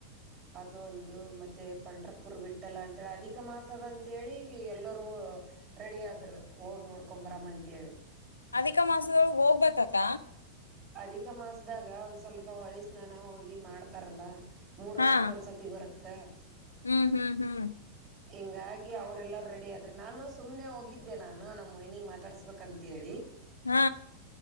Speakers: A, on the right; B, on the left.
A: ಅದು ಒಂದು ಮತ್ತೆ ಪಂಡ್ರಪುರ್ ಬಿಟ್ಟಲ್ಲ ಅಂತೇಳಿ ಅಧಿಕ ಮಾಸ ತದ ಅಂತೇಳಿ ಎಲ್ಲರೂ ರೆಡಿ ಆದರು ಹೋಗಿ ನೋಡ್ಕೊ ಬರಾಮ ಅಂತೇಳಿ
B: ಅಧಿಕಮಾಸದಲ್ಲಿ ಹೋಗಬೇಕಾ
A: ಅಧಿಕಮಾಸದಲ್ಲಿ ಹೋಗಿ ಒಂದು ಸ್ವಲ್ಪ ಉಳಿ ಸ್ಥಾನ ಮಾಡ್ತಾರಲ್ಲ ಮೂರು ವರ್ಷಕ್ಕೊಂದು
B: ಹಾ
A: ಸತಿ ಬರುತ್ತೆ
B: ಹ್ಮ್ ಹ್ಮ್ ಹ್ಮ್
A: ಹಿಂಗಾಗಿ ಅವ್ರೆಲ್ಲಾರ ರೆಡಿ ಆದ್ರರು ನಾನು ಸುಮ್ನೆ ಹೋಗಿದ್ದೆ ನಾನು ನಮ್ಮನಗ್ ಮಾತಾಡ್ಸ್ಬೇಕಂತ ಅಂತ ಹೇಳಿ
B: ಹ್ಮ